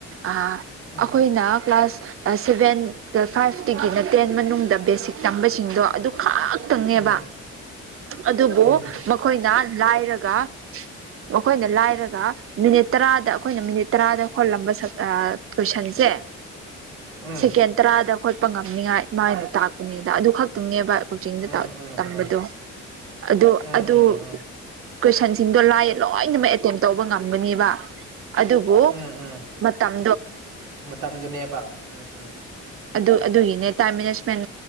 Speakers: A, on the right; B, on the right.
A: ꯑꯥ
B: ꯎꯝ
A: ꯑꯈꯣꯏꯅ ꯀ꯭ꯂꯥꯁ ꯁꯕꯦꯟ ꯐꯥꯏꯕꯇꯒꯤꯅ ꯇꯦꯟ ꯃꯅꯨꯡꯗ ꯕꯦꯁꯤꯛ ꯇꯝꯕꯁꯤꯡꯗꯣ ꯑꯗꯨ ꯈꯛꯇꯪ ꯅꯦꯕ
B: ꯎꯝ
A: ꯑꯗꯨꯕꯨ
B: ꯎꯝ
A: ꯃꯈꯣꯏꯅ ꯂꯥꯏꯔꯒ ꯃꯈꯣꯏꯅ ꯂꯥꯏꯔꯒ ꯃꯤꯅꯤꯠ ꯇꯔꯥꯗ ꯑꯈꯣꯏꯅ ꯃꯤꯅꯤꯠ ꯇꯔꯥꯗ ꯍꯣꯜꯂꯝꯕ ꯁꯛꯇ ꯀꯣꯏꯁꯟꯁꯦ
B: ꯎꯝ
A: ꯁꯦꯀꯦꯟ ꯇꯔꯥꯗ ꯈꯣꯠꯄ ꯉꯝꯅꯤꯉꯥꯏ ꯃꯥꯏ ꯇꯥꯛꯄꯅꯦꯗ ꯑꯗꯨ ꯈꯛꯇꯪꯅꯦꯕ ꯀꯣꯠꯆꯤꯡꯗ
B: ꯎꯝ ꯎꯝ ꯎꯝ
A: ꯇꯝꯕꯗꯨ
B: ꯎꯝ
A: ꯑꯗꯣ
B: ꯎꯝ ꯎꯝ ꯎꯝ
A: ꯑꯗꯨ
B: ꯎꯝ
A: ꯀꯣꯏꯁꯟꯁꯤꯡꯗꯣ ꯂꯥꯏꯌꯦ ꯂꯣꯏꯅꯃꯛ ꯑꯦꯇꯦꯝ ꯇꯧꯕ ꯉꯝꯒꯅꯦꯕ ꯑꯗꯨꯕꯨ
B: ꯎꯝ ꯎꯝ
A: ꯃꯇꯝ
B: ꯃꯇꯝꯗꯨꯅꯦꯕ ꯎꯝ ꯎꯝ
A: ꯑꯗꯨ ꯑꯗꯨꯒꯤꯅꯦ ꯇꯥꯏꯝ ꯃꯦꯅꯦꯖꯃꯦꯟ